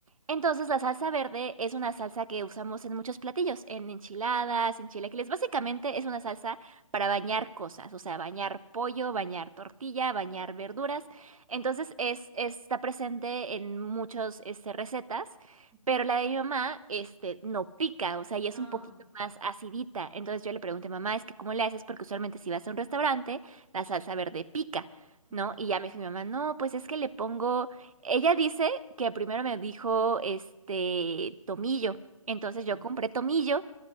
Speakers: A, on the right; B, in the centre.
A: Entonces, la salsa verde es una salsa que usamos en muchos platillos, en enchiladas, en chilaquiles. Básicamente es una salsa para bañar cosas, o sea, bañar pollo, bañar tortilla, bañar verduras. Entonces, es, está presente en muchas este, recetas,
B: ujú.
A: pero la de mi mamá este, no pica, o sea, y es
B: Ah,
A: un poquito más acidita. Entonces, yo le pregunté, mamá, es que ¿cómo le haces? Porque usualmente si vas a un restaurante, la salsa verde pica,
B: mm,
A: ¿no? Y ya me dijo mi mamá, no, pues es que le pongo... Ella dice que primero me dijo este tomillo. Entonces
B: sí.
A: yo compré tomillo,